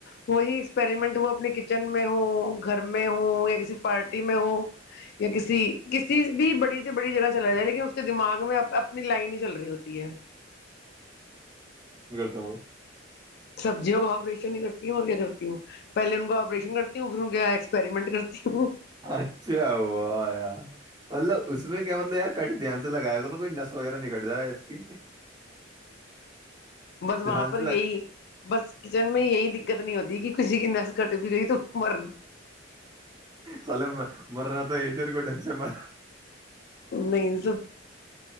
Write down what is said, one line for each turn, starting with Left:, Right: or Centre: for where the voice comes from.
Left: وہی ایکسپریمنٹ وہ اپنے چن میں ہو گھر میں ہو یا کسی پارٹی میں ہو یا کسی س کسیز بھی بڑی سے بڑی جگہ چلا جائے لیکن اس کے دماغ میں اپنی لائن ہی چل رہی ہوتی ہے
Right: تو
Left: سبزیوں کا آابریشن نہیں کرتی ہوں اور کیا کرتی ہوں پہلے ان کا آپریشن کرتی ہوں پھر ان کے ایکسپریمنٹ کرتی ہ
Right: اچھا ہو یار مطلب اس میں کیا مطلب یار کٹ دھیان سے لگایا گ نا کوئی نس وغیرہ نکٹ جائے اس کی
Left: بس وہاں
Right: دھیان
Left: پر
Right: سے لگ
Left: یہی بس کچن میں یہی دقت نہیں ہوتی کہ کسی کی گٹ بھی گئی تو مرن
Right: سل مر نہ تو یہ تیر کو ڈھنگ سے مر
Left: نہیں